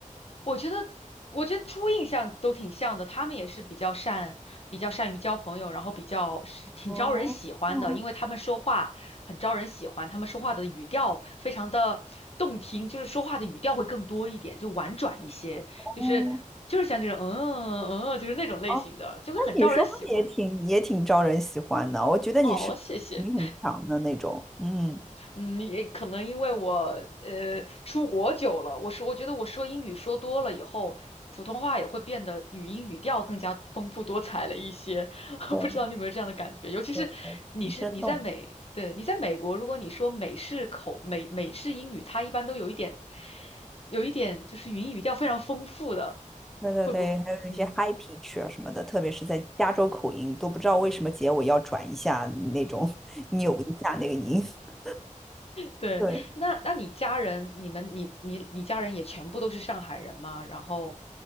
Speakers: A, on the left; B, in the centre.
A: 我觉得，我觉得初印象都挺像的。他们也是比较善，比较善于交朋友，然后比较是挺招人喜欢的，
B: 哦哦
A: 因为他们说话很招人喜欢，他们说话的语调非常的动听，就是说话的语调会更多一点，就婉转一些，
B: 哦，
A: 就是就是像这种嗯嗯，嗯嗯就是那种类型的，
B: 哦，
A: 就会很招人喜欢。
B: 那你说话也挺也挺招人喜欢的，我觉得你是你很强的那种，
A: 哦，谢谢。
B: 嗯，
A: 嗯，也可能因为我呃出国久了，我说我觉得我说英语说多了以后，普通话也会变得语音语调更加丰富多彩了一些。<laughs>
B: 对
A: 不知道你有没有这样的感觉？尤其是你是你在美，
B: 对对对，很生动，
A: 对，你在美国，如果你说美式口美美式英语，它一般都有一点有一点就是语音语调非常丰富的，
B: 对对对，
A: 会不会？
B: 还有一些
A: 嗯。
B: h i g p i c h 啊什么的，特别是在加州口音，都不知道为什么结尾要转一下那种，<laughs> 扭一下那个音，<laughs>
A: 对，
B: 对，
A: 那那你家人，你们你你你家人也全部都是上海人吗？然后，